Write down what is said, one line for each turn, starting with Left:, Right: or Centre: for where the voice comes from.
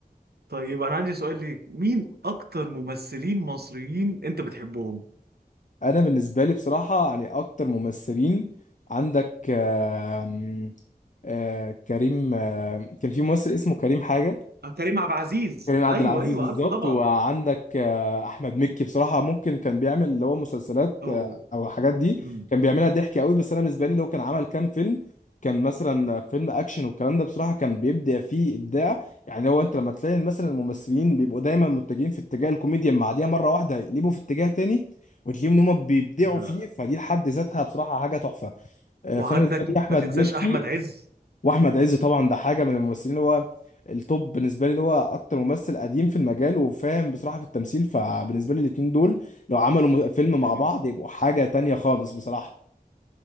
Right: طيب انا عندي سؤال ليك مين اكتر ممثلين مصريين انت بتحبهم
Left: انا بالنسبه لي بصراحه يعني اكتر ممثلين عندك آم، آه، كريم آه، كان في ممثل اسمه كريم حاجه
Right: آه، كريم عبد العزيز
Left: كريم عبد
Right: ايوه
Left: العزيز
Right: ايوه
Left: بالظبط
Right: عارفه طبعا
Left: وعندك آه، احمد مكي بصراحه ممكن كان بيعمل اللي هو مسلسلات
Right: اوه
Left: آه، او الحاجات دي
Right: امم
Left: كان بيعملها ضحك قوي بس انا بالنسبه لي لو كان عمل كام فيلم كان مثلا فيلم اكشن والكلام ده بصراحه كان بيبدع فيه ابداع يعني هو انت لما تلاقي مثلا الممثلين بيبقوا دايما متجهين في اتجاه الكوميديا مع دي مره واحده يقلبوا في اتجاه تاني وتلاقيهم ان هم بيبدعوا
Right: آه.
Left: فيه فدي لحد ذاتها بصراحه حاجه تحفه آه،
Right: وعندك
Left: فانا بالنسبه لي احمد
Right: ما تنساش
Left: مكي
Right: احمد عز
Left: واحمد عز طبعا ده حاجه من الممثلين اللي هو التوب بالنسبه لي اللي هو اكتر ممثل قديم في المجال وفاهم بصراحه في التمثيل فبالنسبه لي الاتنين دول لو عملوا م- فيلم مع
Right: ايوه
Left: بعض يبقوا حاجه تانية خالص بصراحه